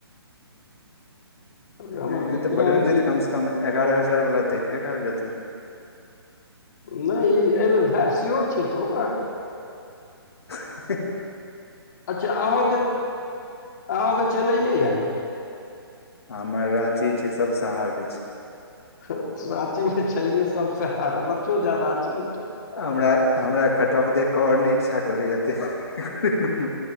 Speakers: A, on the left (about 45°); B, on the left (about 75°).
A: हमर
B: नहि
A: विक्रम
B: तऽ बरुन जी
A: की
B: तऽ कम से कम एगारह हजार वाला देखे कऽ आईएब जेथिन
A: नहि ई एहि बेर भाय सियोर छै तऽ ओकरा
B: हँ हँ हुँ हह
A: अच्छा अहुँ के अहुँ के चेन्नइए यऽ ने
B: हमर राँची छै सभ से हार्ड छै
A: राँची मे छैहिऐ सबसे हर्ड आ बच्चो जदाअ छै ओतो
B: हमरा हमरा खअफ देख कऽ आओर नहि इच्छा करैएअ तैयारी करैऐ ह हह